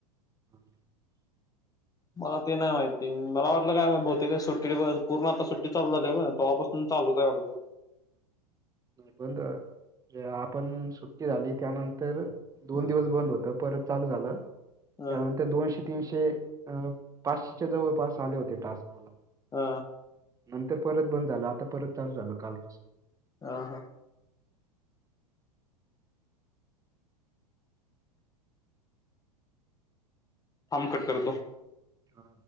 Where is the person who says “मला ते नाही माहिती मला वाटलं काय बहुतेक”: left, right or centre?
Left